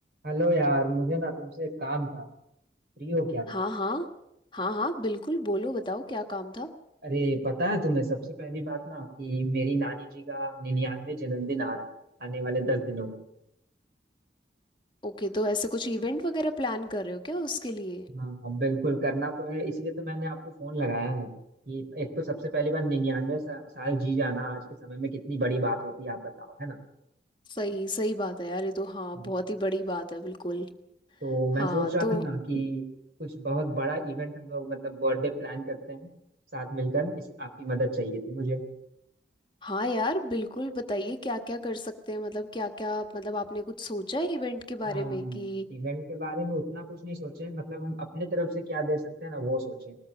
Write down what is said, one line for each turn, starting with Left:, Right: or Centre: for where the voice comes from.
Right: हेलो यार मुझे ना तुमसे एक काम था फ्री हो क्या
Left: हाँ हाँ हाँ हाँ बिल्कुल बोलो बताओ क्या काम था
Right: अरे पता है तुम्हें सबसे पहली बात ना कि मेरी नानी जी का निन्यानवे जन्मदिन आ रहा है आने वाले दस दिनों में
Left: ओके तो ऐसे कुछ इवेंट वगैरह प्लान कर रहे हो क्या उसके लिए
Right: हाँ बिल्कुल करना तो है इसीलिए तो मैंने आपको फोन लगाया है कि एक तो सबसे पहली बात निन्यानवे सा, साल जी जाना आज के समय में कितनी बड़ी बात होती है आप बताओ है ना
Left: सही सही बात है यार ये तो हाँ
Right: हाँ,
Left: बहुत ही बड़ी बात है बिल्कुल
Right: तो मैं
Left: हाँ
Right: सोच रहा
Left: तो
Right: था ना कि कुछ बहुत बड़ा इवेंट हम लोग मतलब बर्थडे प्लान करते हैं साथ मिलकर इस आपकी मदद चाहिए थी मुझे
Left: हाँ यार बिल्कुल बताइए क्या क्या कर सकते हैं मतलब क्या क्या मतलब आपने कुछ सोचा है इवेंट के
Right: हाँ
Left: बारे में कि
Right: इवेंट के बारे में उतना कुछ नहीं सोचे मतलब हम अपने तरफ से क्या दे सकते हैं ना वो सोचे